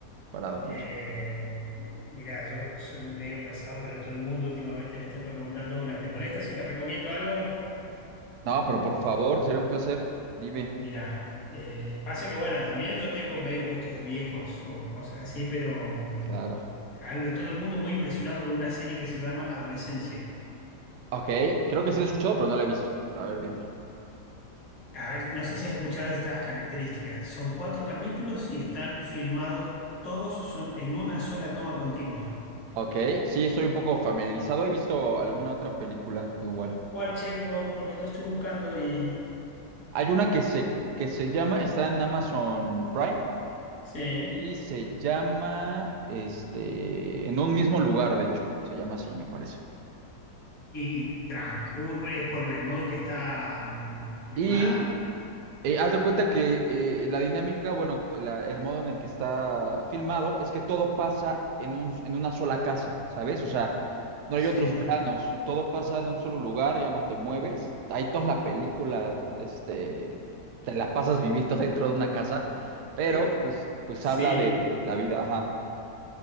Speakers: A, on the right (about 75°); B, on the left (about 55°).
A: para dormir.
B: Eh, mirá, yo soy medio pesado, pero a todo el mundo últimamente le estoy recomendando una. ¿Te molesta si te recomiendo algo?
A: No, pero por favor, sería un placer. Dime.
B: Mirá, eh, pasa que bueno, también yo tengo medio gustos de viejos o cosas así, pero mm,
A: Claro.
B: anda todo el mundo muy impresionado con una serie que se llama Adolescencia.
A: Ok, creo que sí lo he escuchado, pero no la he visto. Pero a ver, dime.
B: A ver, no sé si has escuchado estas características. Son cuatro capítulos y están filmados, todos son en una sola toma continua.
A: Ok, sí, estoy un poco familiarizado. He visto alguna otra película igual.
B: ¿Cuál, che? Vos- Porque yo estoy buscando y...
A: Hay una que se, que se llama, está en Amazon Prime
B: Sí.
A: y se llama, este, en un mismo lugar, de hecho. Se llama así, me parece.
B: y transcurre por el modo en que está mm, filmada.
A: Y Eh, haz de cuenta que eh, la dinámica, bueno, la- el modo en el que está filmado es que todo pasa en un, en una sola casa, ¿sabes? O sea, no
B: Sí.
A: hay otros planos, todo pasa en un solo lugar, ya no te mueves. Ahí toda la película, este, te la pasas viviendo <laughs> dentro de una casa, pero
B: Eh,
A: pues, pues
B: Sí.
A: habla de, de la vida, ajá.